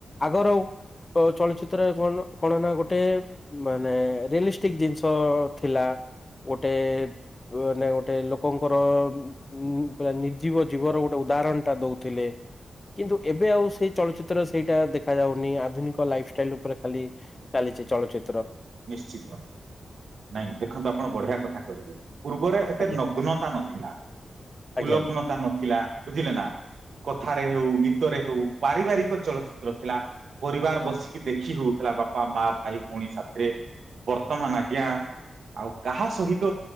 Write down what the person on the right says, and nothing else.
ନିଶ୍ଚିତ ନାଇଁ ଦେଖନ୍ତୁ ଆପଣ ବଢିଆ କଥା କହିବେ ପୂର୍ବରେ ଏତେ
ନଗ୍ନତା ନଥିଲା।
ଉଲଗ୍ନତା ନଥିଲା ବୁଝିଲେ ନା କଥାରେ ହଉ ଗୀ ତ ରେ ହଉ ପାରିବାରିକ ଚଳଚିତ୍ର ଥିଲା ପରିବାର ବସିକି ଦେଖି ହଉଥିଲା ବାପା ମା ଭାଇ ଭଉଣୀ ସା ରେ ବର୍ତ୍ତମାନ ଆଜ୍ଞା। ଆଉ କାହା ସହିତ